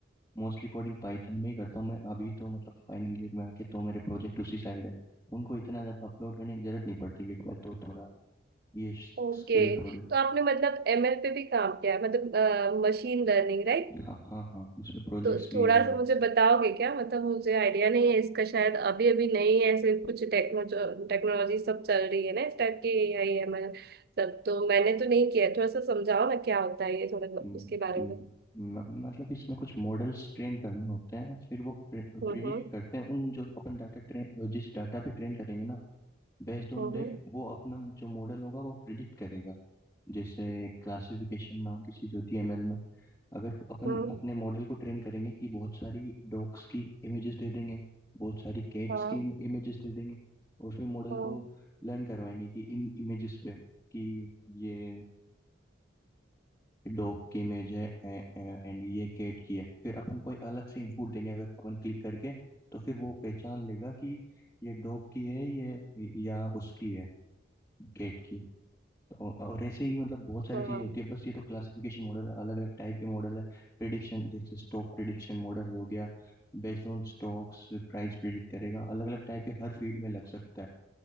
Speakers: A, on the left; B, on the right.
A: मोस्टली कोडिंग पाइथन में ही करता हूँ मैं अभी तो मतलब फाइनल ईयर में आके तो मेरे प्रोजेक्ट उसी साइड है उनको इतना ज़्यादा अपलोड करने की ज़रूरत नहीं पड़ती गिट पे तो थोड़ा ये
B: ओके
A: स्किल थोड़ी
B: तो आपने मतलब एमएल पे भी काम किया है मतलब मशीन लर्निंग राइट
A: हाँ हाँ हाँ उसमें प्रोजेक्ट्स
B: तो
A: भी
B: थोड़ा
A: है मतलब
B: सा मुझे बताओगे क्या मतलब मुझे आइडिया नहीं है इसका शायद अभी अभी नई ऐसे कुछ टेक्नोलॉजी टेक्नोलॉजी सब चल रही है ना इस टाइप की एआई एमएल सब तो मैंने तो नहीं किया है। थोड़ा सा समझाओ ना क्या होता है ये थोड़ा बहुत
A: म-
B: उसके बारे
A: म-
B: में
A: म- मतलब इसमें कुछ मॉडल्स ट्रेन करने होते हैं फिर वो प्रिडिक्ट
B: हम्म हम्म
A: करते हैं उन जो अपन डाटा ट्रेन जिस डाटा पे ट्रेन करेंगे ना बेस्ड ऑन
B: हम्म
A: दैट वो अपना जो मॉडल होगा वो प्रिडिक्ट करेगा जैसे क्लासिफिकेशन नाम की चीज होती है एमएल में अगर अपन
B: हम्म,
A: अपने मॉडल को ट्रेन करेंगे कि बहुत सारी डॉग्स की इमेजेस दे देंगे बहुत सारी कैट्स
B: हाँ
A: की इमेजेस दे देंगे और फिर मॉडल
B: हाँ
A: को लर्न करवाएंगे कि इन इमेजेस पे कि ये डॉग की इमेज है एंड ये कैट की है फिर अपन कोई अलग से इनपुट देंगे अगर अपन क्लिक करके तो फिर वो पहचान लेगा कि ये डॉग की है ये या उसकी है कैट की तो और ऐसे ही मतलब बहुत सारी
B: हाँ
A: चीजें होती है बस ये तो क्लासिफिकेशन मॉडल है अलग अलग टाइप के मॉडल है प्रिडिक्शन जैसे स्टॉक प्रिडिक्शन मॉडल हो गया based on stocks price predict करेगा अलग अलग टाइप के हर फील्ड में लग सकता है